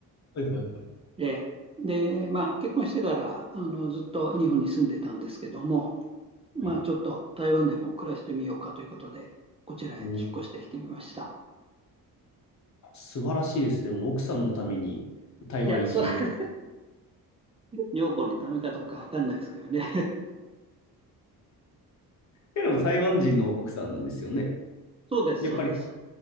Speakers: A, on the left; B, on the right.
A: はいはいはい。
B: で、で、まあ、結婚してから、あの、ずっと日本に住んでたんですけども、まあ、
A: はい
B: ちょっと台湾でも暮らしてみようかということで、こちらへ引っ越してきてみました。
A: もう素晴らしいですね。もう奥さんのために台湾移住を。
B: いや、そう、<laughs>
A: <laughs>
B: 女房のためかどうかわかんないですけどね。
A: けど台湾人の奥さんなんですよね。
B: <laughs> そうです、
A: やっぱり
B: そうです。